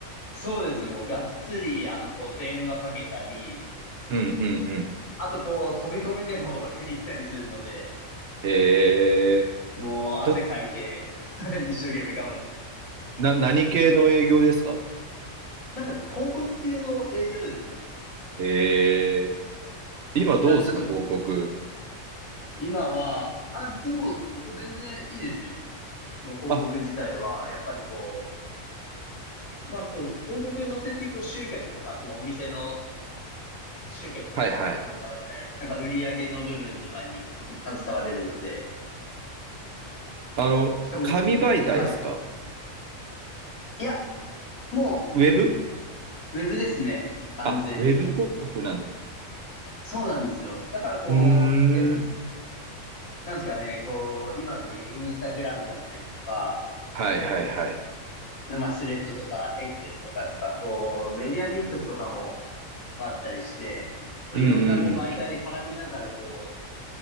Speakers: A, on the left; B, on the right.
A: う、そうです。もう、がっつり、あの、こう、電話かけたり、
B: うんうんうん。
A: あと、こう、飛び込みでも <laughs> 行ったりするので、
B: へえ。
A: もう、汗かいて
B: だ、
A: <laughs> 一生懸命頑張って。
B: な、何系の営業ですか
A: なんか、広告系の営業ですね。
B: えー、今どうですか、
A: なので、ちょっと、
B: 広告。
A: 今は、あ、でも、もう全然いいですよ。その広告自体は、
B: あ、
A: やっぱりこう、まあこう、広告載せて、こう、集客とか、そのお店の集客とかにこう、
B: はいはい。
A: 携われたり、なんか売り上げの部分とかにこう、携われるので、
B: あの、
A: しかも、
B: 紙媒体ですか
A: はい。いや、も
B: ウェブ
A: う、ウェブですね。完全に。
B: あ、ウェブ広告なんだ。
A: そうなんですよ。だからこう、
B: うー
A: え、
B: ん。
A: なんですかね、こう、今でインスタグラムだったりとか、
B: はいはいはい。
A: まあ、スレッドとか、X とかとか、こう、メディアミックスとかも、あったりして、こういろんなこう媒体で絡めながらこう
B: うんうん